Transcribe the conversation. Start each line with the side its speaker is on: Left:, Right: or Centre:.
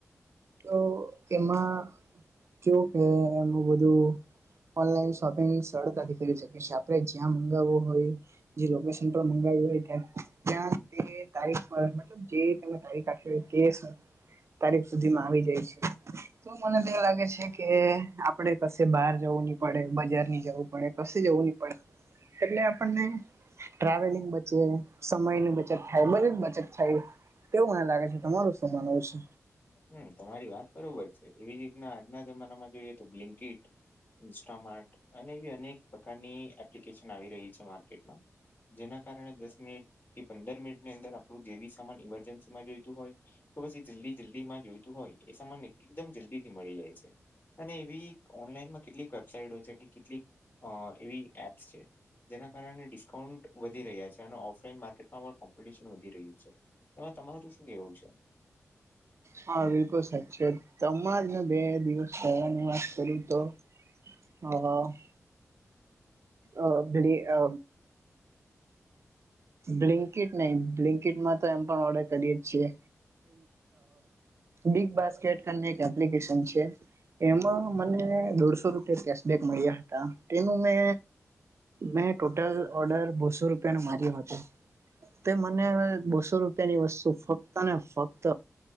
Right: તો એમાં કેવું કે એનું બધું ઓનલાઈન શોપિંગ સરળતાથી કરી શકે છે આપણે જ્યાં મંગાવવું હોય. જે લોકેશન પર મંગાવ્યું હોય ત ત્યાં તે તારીખ પર. જે તને તારીખ તે તારીખ સુધીમાં આવી જાય છે. તો મને તો લાગે છે કે આપડે કશે બહાર જવું નહી પડે બજારની જવું પડે. પડે, ક જવું નહી પડે એટલે આપણને ટ્રાવેલિંગ બચે સમયની બચત થાય બધી જ બચત થાય. એવું મને લાગે છે તમારું શું માનવું છે?
Left: હમ તમારી વાત બરોબર છે એવી જ રીતના આજના જમાનામાં જોઈએ તો બ્લિકટ. ઇન્સ્ટામાર્ટ અને એવી અનેક પ્રકારની એપ્લિકેશન આવી રહી છે માર્કેટમાં જેના કારણે દસ મિનિટથી પંદર મિનિટની અંદર આપણું જેવી સામાન ઈમરજન્સીમાં જોઈતું હોય. તો બસ એ જલ્દી જલ્દી માં જોઈતું હોય એ સમાન એકદમ જલ્દી થી મળી જાય છે. અને એવી ઓનલાઈનમાં કેટલીક વેબસાઇટો છે કે કેટલીક એવી એપ્સ છે. જેના કારણે ડિસ્કાઉન્ટ વધી રહ્યા છે અને ઓફલાઈન માર્કેટમાં પણ કોમ્પિટિશન વધી રહ્યું છે. એમાં તમારું શું કેવું છે.
Right: હા બિલકુલ સાચ છે તમાર મે બે દિવસ થવાની વાત કરું તો હ હ. અ બ અ. બ્લિન્કટ નહ બ્લિન્કીટમાં તો એમ પણ ઓર્ડર કરીએ જ છીએ. બિગ બાસ્કેટ એક એપ્લિકેશન છે. એમાં મને દોઢસો રૂપિયા કેશબક મળ્યા હતા તેનું મે મેં ટોટલ ઓર્ડર બોસો રૂપિયા ન માર્યો હતો તો મને બોસો રૂપિયાની વસ્તુ ફક્ત ને ફક્ત